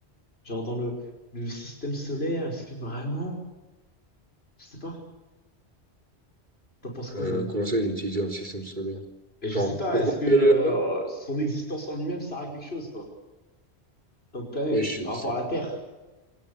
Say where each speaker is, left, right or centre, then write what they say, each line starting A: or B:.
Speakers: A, on the left; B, on the right.
A: Genre dans le, le système solaire, est-ce que vraiment? Je sais pas. T'en penses quoi,
B: Euh,
A: Loan?
B: comment ça, utiliser un système solaire?
A: Mais je
B: Genre,
A: sais pas,
B: pourquoi
A: est-ce que
B: on
A: euh,
B: peut y aller là-bas?
A: son existence en lui-même sert à quelque chose, quoi? En tant que planète,
B: Oui, je
A: par rapport
B: sais.
A: à la Terre,